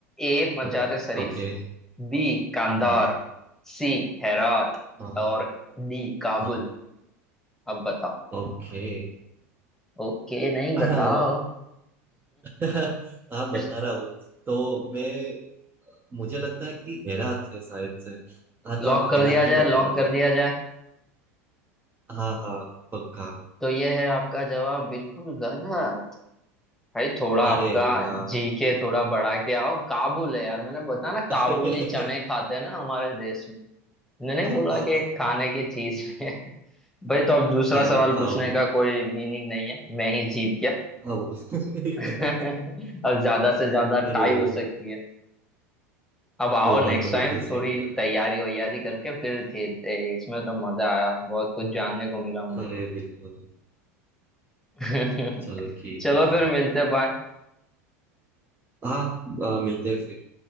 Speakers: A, in the centre; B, on the right.
A: A Mazar
B: ओ-
A: Sharif
B: ओके
A: B Kandahar
B: हाँ
A: C Herat
B: हाँ
A: और डी काबुल
B: हाँ
A: अब बताओ
B: ओके
A: ओके नहीं
B: हाँ
A: बताओ
B: <laughs> हाँ, बता
A: <laughs>
B: रहा हूँ तो मैं मुझे लगता है कि हेरा थे शायद से हाँ तो
A: लॉक
B: आप
A: कर
B: हेरा
A: दिया
B: थी
A: जाए
B: लॉक
A: लॉक
B: कर दो
A: कर दिया जाए
B: हाँ हाँ पक्का
A: तो ये है आपका जवाब बिल्कुल गलत भाई थोड़ा आपका
B: अरे यार
A: जी के थोड़ा बढ़ा के आओ काबुल है यार मैंने बताया ना
B: <laughs>
A: काबुली
B: अच्छा
A: चने खाते हैं ना हमारे देश में मैंने नहीं
B: हाँ
A: बोला
B: हाँ
A: कि एक खाने की चीज है <laughs> भाई तो अब दूसरा
B: खाने
A: सवाल
B: हाँ
A: पूछने का कोई मीनिंग नहीं है मैं ही जीत गया
B: हाँ वो- <laughs>
A: <laughs> अब ज्यादा से ज्यादा
B: अरे
A: टाई हो सकती है अब आओ
B: वो बात
A: नेक्स्ट
B: तो बिल्कुल
A: टाइम
B: सही
A: थोड़ी
B: किया
A: तैयारी वैयारी करके फिर खेलते हैं इसमें तो मजा आया बहुत कुछ जानने को मिला
B: अरे बिल्कुल
A: मुझे
B: चलो ठीक
A: <laughs> चलो
B: है
A: फिर
B: फिर
A: मिलते हैं बाय
B: हाँ आ, मिलते हैं फिर